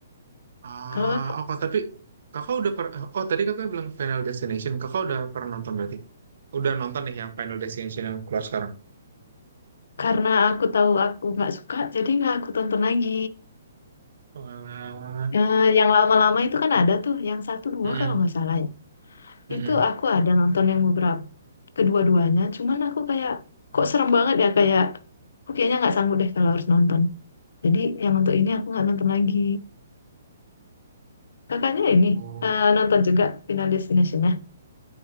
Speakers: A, on the right; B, on the left.
A: Ah,
B: Kalau aku,
A: oh, kok- tapi kakak udah per eh, oh tadi kakak bilang Final Destination, kakak udah pernah nonton berarti? Udah nonton nih yang Final Destination yang keluar sekarang?
B: karena aku tahu aku nggak suka, jadi nggak aku tonton lagi.
A: Walah.
B: Eh, yang lama-lama itu kan ada tuh, yang satu dua
A: Mm-mm,
B: kalau nggak salah ya.
A: mm-mm.
B: Itu aku ada nonton yang beberapa kedua-duanya, cuman aku kayak kok serem banget ya kayak aku kayaknya nggak sanggup deh kalau harus nonton. Jadi yang untuk ini aku nggak nonton lagi. Kakaknya ini
A: Oh.
B: eh, nonton juga Final Destination ya.